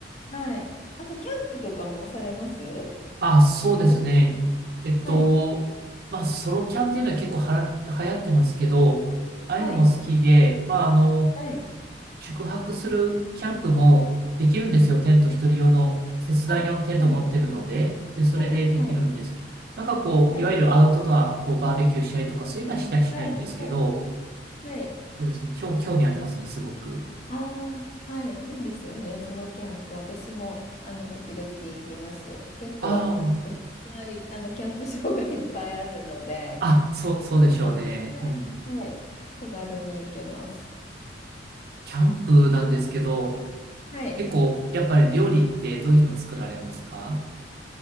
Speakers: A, on the left (about 40°); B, on the right (about 60°).
A: はい。あと、キャンプとかもされます
B: あ、そうですね。
A: キャンプ。
B: えっと、
A: はい。
B: まあ、ソロキャンっていうのは結構はら、流行ってますけど、ああいうのも好きで、
A: はい。
B: まあ、あの、
A: はい。
B: 宿泊するキャンプもできるんですよ。テント、一人用の、切断用のテント持ってるので、
A: はい。はい。
B: で、それでできるんですけど、
A: はい。はい。
B: なんかこう、
A: はい。
B: いわゆるアウトドア、こう、バーベキューしたりとか、そういうのはしたりしないんですけど、
A: はい。はい。はい。
B: そうですね、興興味ありますね、すごく。
A: ああ、はい。いいですよね。ソロキャンプ。私も、あの、時々行きます。結構、
B: あ
A: うちの周りあの、キャンプ場が <laughs> いっぱいあるので、
B: あ、あ、そう、そうでしょうね。
A: あの、はい。
B: うん。
A: はい。手軽に行けます。
B: キャンプなんですけど、
A: はい。
B: 結構、やっぱり料理ってどういうの作られますか